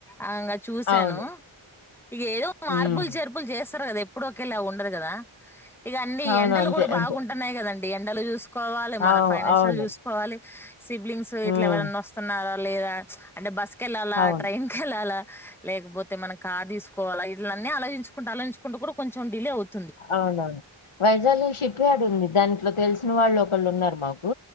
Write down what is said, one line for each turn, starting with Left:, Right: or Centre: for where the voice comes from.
Centre: అకా చూసాను
Left: అవును
Centre: ఇక ఏదో మార్పులు
Left: మ్మ్
Centre: చేర్పులు చేస్త వస్తారు కదా ఎప్పుడు ఒకేళ ఉండరు కదా ఇక అన్ని
Left: అవును
Centre: ఎంటలు
Left: అంతే
Centre: కూడా బాగుంటున్నాయి
Left: అంతే
Centre: కదండి ఎండలు చూసు కోవాలి మన
Left: అవు
Centre: ఫైనాన్షియల్
Left: అవును
Centre: యూస్కోవాలి సిబ్లింగ్స్
Left: మ్మ్
Centre: ఇట్లా ఎవరన్నా వస్తున్నారా లేదా అంటే బస్ కేలాాల
Left: అవును
Centre: ట్రైన్ కలాాల లేకపోతే మనకి కా తీసుకోవాలా ఇీలన్నీ ఆలచంచుకుంటే ఆలోచుంట కూడా కొంచం డిలే అవుంది
Left: అవునవును వైజాగ్ షిప్ యార్డ్ ఉంది దాంట్లో తెలుసు వాళ్ళు ఒకళ్ళు ఉన్నారు మాకు